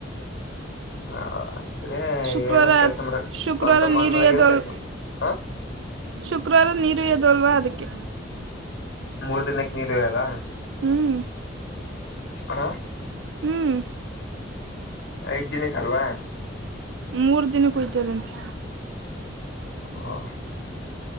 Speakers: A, on the left; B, on the right.
A: ಹಾ ಅಂದ್ರೆ
B: ಶುಕ್ರವಾರ
A: ಏನು ಕೆಲ್ಸ ಮಾಡಕ್
B: ಶುಕ್ರವಾರ
A: ಸ್ವಂತ ಮನ್
B: ನೀರು
A: ಮದಾಗ
B: ಎದೋಲ್
A: ಏನ ಕೆಲ್ಸ ಮಾಡ ಹ
B: ಶುಕ್ರವಾರ ನೀರು ಹೊಯ್ದು ಅಲ್ವಾ ಅದಕ್ಕೆ
A: ಮೂರ್ ದಿನಕ್ಕೆ ನೀರು ಹೊಯ್ದುದ
B: ಹ್ಮ್
A: ಹ
B: ಹ್ಮ್
A: ಐದ್ ದಿನಕ್ಕೆ ಅಲ್ವಾ
B: ಮೂರು ದಿನ ಕೊಯ್ತಲ್ಲಂತೆ
A: ಹಾ